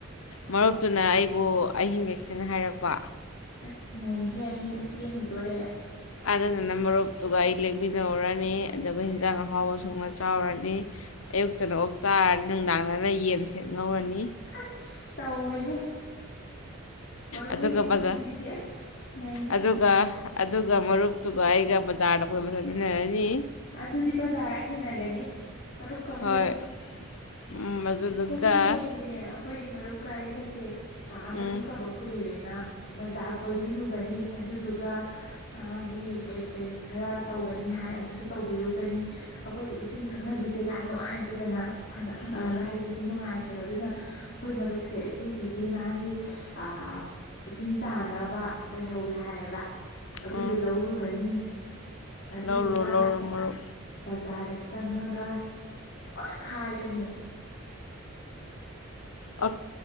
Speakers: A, on the left; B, on the left.
A: ꯃꯔꯨꯞꯇꯨꯅ ꯑꯩ ꯑꯣ ꯑꯍꯤꯡꯂꯦꯛꯁꯦꯅ ꯍꯥꯏꯔꯛꯄ
B: ꯑꯁ ꯅꯩꯍꯦ ꯃꯤꯗꯤ ꯆꯦꯟꯈꯤꯗꯣꯔꯦ
A: ꯑꯗꯨꯗꯅ ꯃꯔꯨꯞꯇꯨꯒ ꯑꯩ ꯂꯦꯡꯃꯤꯟꯅꯧꯔꯅꯤ ꯑꯗꯨꯒ ꯍꯟꯖꯥꯡ ꯑꯍꯥꯎ ꯁꯣꯡꯉ ꯆꯥꯎꯔꯅꯤ ꯑꯌꯨꯛꯇꯅ ꯑꯣꯛ ꯆꯥꯔꯅꯤ ꯅꯨꯡꯗꯥꯡꯗꯅ ꯌꯦꯟ ꯉꯔꯅꯤ
B: ꯑꯁꯁ ꯇꯧꯏꯍꯦ ꯃꯔꯨꯞ
A: ꯑꯗꯨꯒ
B: ꯃꯈꯣꯏꯒꯤ ꯄꯨꯟꯁꯤꯁꯤꯗꯤ
A: ꯕꯖꯥꯔ
B: ꯑꯁ ꯅꯩꯍꯦ
A: ꯑꯗꯨꯒ ꯑꯗꯨꯒ ꯃꯔꯨꯞꯇꯨꯒ ꯑꯩꯒ ꯕꯖꯥꯔꯗ ꯀꯣꯏꯕ ꯆꯠꯃꯤꯟꯅꯔꯅꯤ
B: ꯑꯗꯨꯗꯤ ꯕꯖꯥꯔꯗ ꯊꯦꯡꯅꯒꯅꯤ ꯃꯔꯨꯞ ꯀ ꯑꯩꯈꯣꯏ
A: ꯍꯣꯏ
B: ꯒ ꯑꯩꯈꯣꯏꯁꯨ
A: ꯎꯝ ꯑꯗꯨꯗꯨꯒ
B: ꯍꯌꯦꯡꯗꯤꯅꯦ ꯑꯩꯈꯣꯏꯒꯤ ꯃꯔꯨꯞꯀ ꯑꯩꯒꯁꯦ ꯑ ꯑꯥ
A: ꯎꯝ
B: ꯆꯠꯊꯣꯛꯇꯕ ꯀꯨꯏꯔꯦꯅ ꯕꯖꯥꯔ ꯀꯣꯏꯕꯤꯔꯨꯒꯅꯤ ꯑꯗꯨꯗꯨꯒ ꯃꯥꯒꯤ ꯀꯩ ꯀꯩ ꯈꯔ ꯇꯧꯒꯅꯤ ꯍꯥꯏ ꯑꯗꯨꯁꯨ ꯇꯧꯕꯤꯔꯨꯒꯅꯤ ꯑꯩꯈꯣꯏꯒꯤ ꯏꯁꯤꯡ ꯊꯛꯅꯕꯤꯁꯦ ꯌꯥꯝ ꯅꯨꯡꯉꯥꯏꯇ꯭ꯔꯦꯗꯅ ꯊꯥꯡꯒꯠ ꯊꯥꯡꯒꯠꯂꯒ
A: ꯎꯝ
B: ꯍꯩꯕꯁꯦ ꯍꯥꯏꯇ꯭ꯔꯦꯕ ꯑꯗꯨꯅ ꯑꯩꯈꯣꯏ ꯃꯔꯨꯞꯁꯦ ꯁꯤꯁꯤꯒꯤ ꯃꯥꯒꯤ ꯑꯑ ꯏꯁꯤꯡ ꯇꯥꯅꯕ ꯂꯩꯍꯧꯋꯤ ꯍꯥꯏꯌꯦꯕ ꯑꯗꯨꯏꯗꯣ
A: ꯎꯝ
B: ꯂꯧꯔꯨꯒꯅꯤ ꯑꯗꯨꯗꯨꯒ
A: ꯂꯧꯔꯣ ꯂꯧꯔꯣ ꯃꯔꯨꯞ
B: ꯕꯖꯥ ꯕꯖꯥꯔꯗ ꯆꯪꯉꯥꯒ ꯑꯣꯠꯈꯥꯏꯒꯅꯤ
A: ꯑ